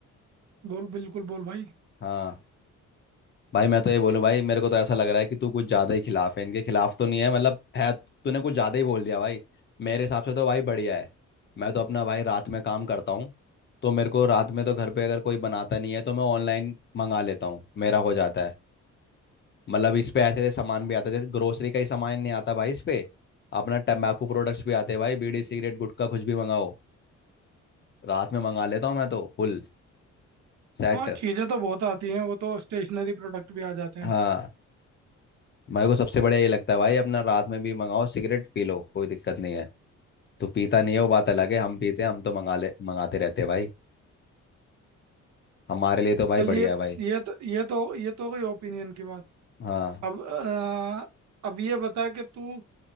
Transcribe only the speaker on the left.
हाँ भाई मैं तो ये बोलूं भाई मेरे को तो ऐसा लग रहा है कि तू कुछ ज्यादा ही खिलाफ है इनके खिलाफ तो नहीं है मतलब है तूने कुछ ज्यादा ही बोल दिया भाई मेरे हिसाब से तो भाई बढ़िया है मैं तो अपना भाई रात में काम करता हूँ तो मेरे को रात में तो घर पे अगर कोई बनाता नहीं है तो मैं ऑनलाइन मंगा लेता हूँ मेरा हो जाता है मतलब इस पे ऐसे ऐसे सामान भी आता है जैसे ग्रोसरी का ही सामान नहीं आता भाई इस पे अपना टम्बाकू प्रोडक्ट्स भी आते हैं भाई बीड़ी सिगरेट गुटखा कुछ भी मंगाओ रात में मंगा लेता हूँ मैं तो फुल सेट
हाँ मेरे को सबसे बढ़िया ये लगता है भाई अपना रात में भी मंगाओ सिगरेट पी लो कोई दिक्कत नहीं है तू पीता नहीं है वो बात अलग है हम पीते हैं हम तो मंगा ले मंगाते रहते हैं भाई हमारे लिए तो भाई
बढ़िया है भाई
हाँ